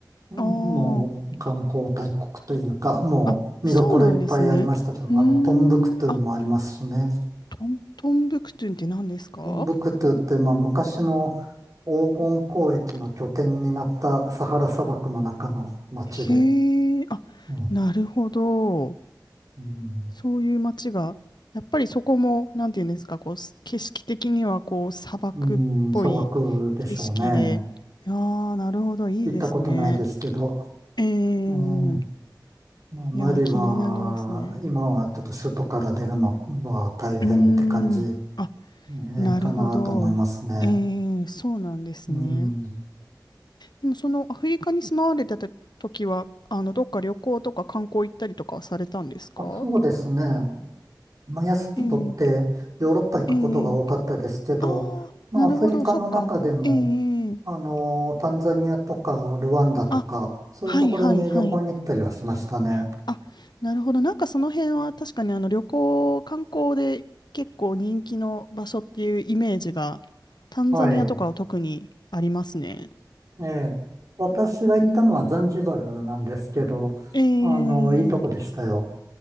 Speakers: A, on the right; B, on the left.
A: うん、
B: ああ。
A: もう観光大国というか、もう見どころいっぱいありましたけど、
B: あ、そうなんですね。うー
A: あの、トンブクトゥもありますしね。
B: ん。あ、トン、トンブクトゥンって何ですか
A: トンブクトゥって、まあ、昔の黄金交易の拠点になったサハラ砂漠の中の町で、
B: へえ、あ、
A: うん。
B: なるほど。
A: うん
B: そういう街が、やっぱりそこも、なんていうんですか、こう、す景色的には、こう、砂漠っぽい景色で、
A: うん、砂漠でしょうね。
B: ああ、なるほど、いいですね。
A: 行ったことないですけど。
B: ええ、
A: えーまあ、マリは、
B: いやー、気になりますね。
A: 今はちょっと首都から出るのは大変って感じ、
B: うーん。
A: え
B: あ、
A: ーかなと思いますね。
B: なるほど。ええ、そうなんですね。
A: うん。
B: でもそのアフリカに住まわれてた時は、あの、どっか旅行とか観光行ったりとかはされたんですか
A: あ、そうですね。まあ、休み取ってヨーロッパ行くことが多かったですけど、
B: ええ、ええ、ああ、
A: まあ、
B: なるほど、
A: アフリカの中でも、
B: そっか。ええ、ええ
A: あの、タンザニアとかルワンダとか、
B: あ、
A: そういうところに旅行に行ったりはしましたね。
B: はいはいはい。あ、なるほど。なんかその辺は確かにあの旅行、観光で結構人気の場所っていうイメージが、タンザニアとかは特にありますね。
A: はい。ええ、私が行ったのはザンジバルなんですけど、
B: うん。ええ、
A: あの、いいとこでしたよ。